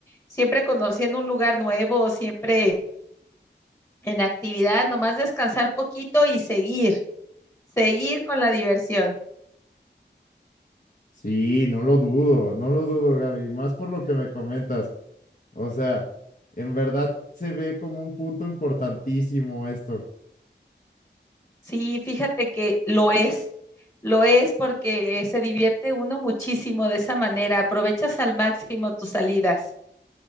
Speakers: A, on the left (about 15°); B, on the left (about 45°).
A: siempre conociendo un lugar nuevo, siempre en actividad, nomás descansar poquito y seguir, seguir con la diversión.
B: Sí, no lo dudo, no lo dudo, Gaby, más por lo que me comentas. O sea, en verdad se ve como un punto importantísimo esto.
A: Sí, fíjate que lo es, lo es porque se divierte uno muchísimo de esa manera, aprovechas al máximo tus salidas.